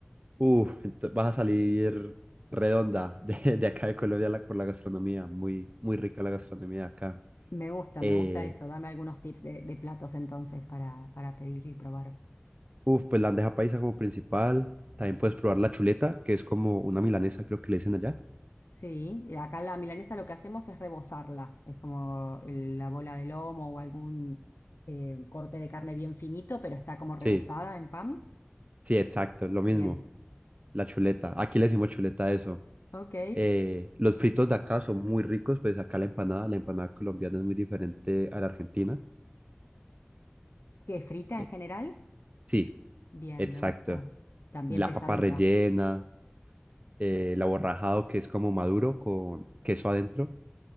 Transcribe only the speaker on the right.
Uf, ento- vas a salir redonda de, de acá de Colombia la- por la gastronomía. Muy, muy rica la gastronomía de acá.
Eh,
uf, pues la bandeja paisa como principal. También puedes probar la chuleta, que es como una milanesa, creo que le dicen allá.
Sí,
sí, exacto, lo mismo.
La chuleta. Aquí le decimos chuleta a eso.
Eh, los fritos de acá son muy ricos, pues acá la empanada, la empanada colombiana es muy diferente a la argentina.
Eh,
sí,
exacto.
La
papa rellena, eh, el aborrajado, que es como maduro con queso adentro.